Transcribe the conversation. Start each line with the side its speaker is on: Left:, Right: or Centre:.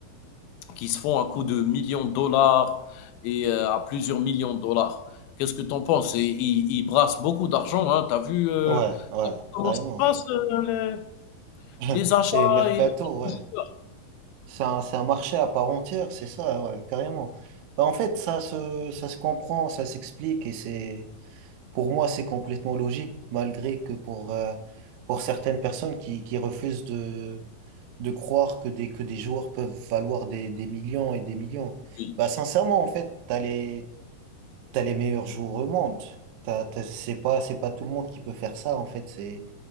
Left: qui se font à coût de millions de dollars et euh, à plusieurs millions de dollars Qu'est-ce que tu en penses Et Ils ils brassent beaucoup d'argent. Hein. Tu as vu euh,
Right: ouais, ouais,
Left: Comment
Right: carrément.
Left: ça se passe, heu, le
Right: <laughs>
Left: les achats
Right: Et Mercato,
Left: et les ventes
Right: ouais.
Left: de jouets?
Right: C'est un, c'est un marché à part entière, c'est ça, ouais, carrément. Bah, en fait, ça se, ça se comprend, ça s'explique et c'est, pour moi, c'est complètement logique, malgré que pour, euh, pour certaines personnes qui, qui refusent de, de croire que des, que des joueurs peuvent valoir des, des millions et des millions.
Left: Oui,
Right: Bah, sincèrement, en fait, t'as les, t'as les meilleurs joueurs au monde. T'as, t'as- c'est pas, c'est pas tout le monde qui peut faire ça, en fait. C'est,